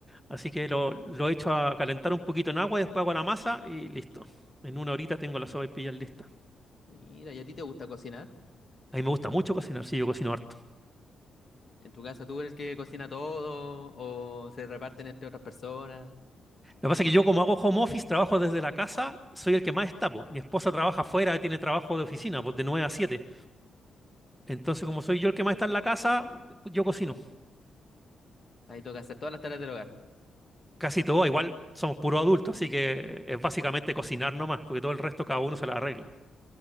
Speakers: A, in the centre; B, on the left.
A: Así que lo, lo echo a calentar un poquito en agua y después hago la masa y listo. En una horita tengo las sopaipillas listas.
B: Mira, ¿y a ti te gusta cocinar?
A: A mí me gusta mucho cocinar, sí, yo cocino harto.
B: ¿En tu casa tú eres el que cocina todo o se reparten entre otras personas?
A: Lo que pasa es que yo como hago home office, trabajo desde la casa, soy el que más está, po. Mi esposa trabaja afuera, tiene trabajo de oficina, pues de nueve a siete Entonces, como soy yo el que más está en la casa, yo cocino.
B: Ahí toca hacer todas las tareas del hogar.
A: Casi todo, igual somos puros adultos, así que es básicamente cocinar nomás, porque todo el resto cada uno se la arregla.